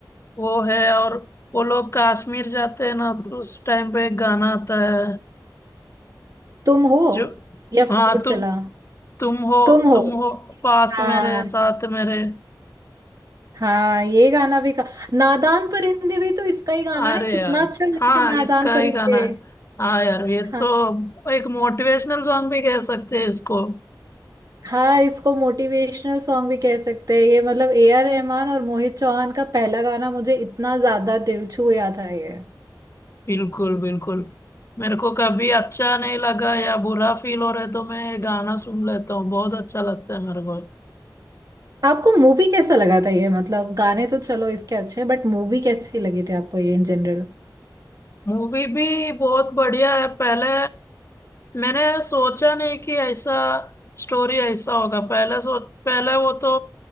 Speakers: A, on the left; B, on the right.
A: वो है और वो लोग कश्मीर जाते हैं ना तो उस टाइम पे एक गाना आता है
B: तुम हो
A: जो
B: या
A: हाँ
B: फिर
A: तुम
B: चला
A: तुम हो
B: तुम हो
A: तुम हो पास
B: हाँ
A: मेरे साथ मेरे
B: हाँ ये गाना भी का नादान परिंदे भी तो इसका ही गाना
A: अरे
B: है कितना
A: यार
B: अच्छा गाना
A: हाँ
B: है नादान
A: इसका
B: परिंदे
A: ही गाना है हाँ यार ये
B: हाँ
A: तो एक मोटिवेशनल सॉन्ग भी कह सकते हैं इसको
B: हाँ इसको मोटिवेशनल सॉन्ग भी कह सकते हैं ये मतलब ए आर रहमान और मोहित चौहान का पहला गाना मुझे इतना ज्यादा दिल छू गया था ये
A: बिल्कुल बिल्कुल मेरे को कभी अच्छा नहीं लगा या बुरा फील हो रहा है तो मैं ये गाना सुन लेता हूँ बहुत अच्छा लगता है मेरे को
B: आपको मूवी कैसा लगा था ये मतलब गाने तो चलो इसके अच्छे बट मूवी कैसी लगी थी आपको ये इन जनरल
A: मूवी भी बहुत बढ़िया है पहले मैंने सोचा नहीं कि ऐसा स्टोरी ऐसा होगा पहले सो पहले वो तो